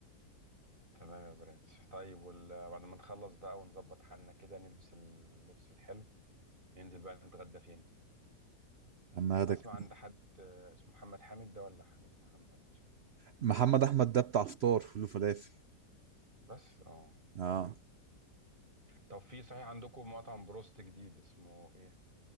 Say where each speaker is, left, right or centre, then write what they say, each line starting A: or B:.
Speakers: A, on the right; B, on the right.
A: تمام يا برنس طيب وال- بعد ما نخلص بقى ونظبط حالنا كده نلبس اللبس الحلو ننزل بقى نتغدى فين
B: عم اخدك
A: اسمع عند حد آه، اسمه محمد حامد ده ولا حامد محمد مش عارف
B: محمد احمد ده بتاع فطار فول وفلافل
A: بس اه
B: اه
A: تمام طب في صحيح عندكم مطعم بروست جديد اسمه ايه